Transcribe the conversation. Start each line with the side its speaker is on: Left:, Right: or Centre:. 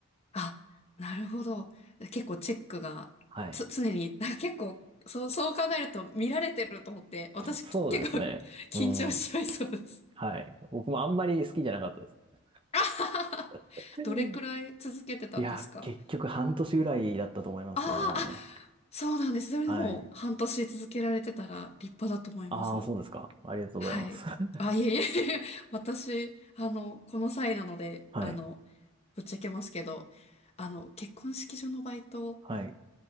Left: あ、あ、なるほど。結構チェックが、
Right: はい。
Left: つ、常に、なんか結構、そう、そう考えると見られてると思って、私
Right: そうですね。
Left: <laughs> 結構緊張しちゃいそうです。
Right: うん。はい。僕もあんまり好きじゃなかったですね。
Left: <laughs>
Right: <laughs> うん
Left: どれくらい続けてたんですか
Right: いや、結局半年ぐらいだったと思いますね。
Left: あああ、そうなんです。それでもう半年続けられてたら立派だと思います。
Right: はい。ああ、そうですか。ありがとうございます。
Left: はい。
Right: <laughs>
Left: あ、いえいえいえ、<laughs> 私、あの、この際なので、
Right: はい。
Left: あの、ぶっちゃけますけど、あの、結婚式場のバイト
Right: はい。